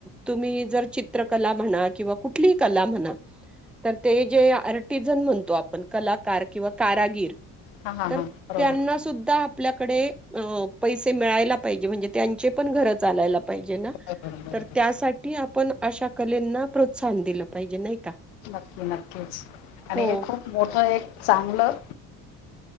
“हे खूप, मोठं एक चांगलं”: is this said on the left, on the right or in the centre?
Left